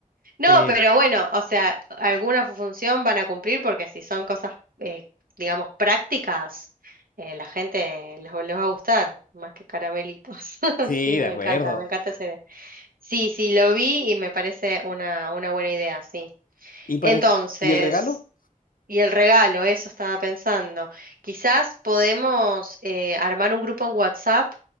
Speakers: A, on the right; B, on the left.
A: No,
B: eh,
A: pero bueno, o sea, alguna fu- función van a cumplir porque si son cosas, eh, digamos, prácticas, eh, la gente les, va les va a gustar, más que caramelitos. <laughs>
B: sí,
A: Sí,
B: de
A: me
B: acuerdo.
A: encanta, me encanta esa idea. Sí, sí, lo vi y me parece una, una buena idea, sí.
B: ¿Y para
A: Entonces...
B: el, y el regalo?
A: Y el regalo, eso estaba pensando. Quizás podemos eh, armar un grupo en WhatsApp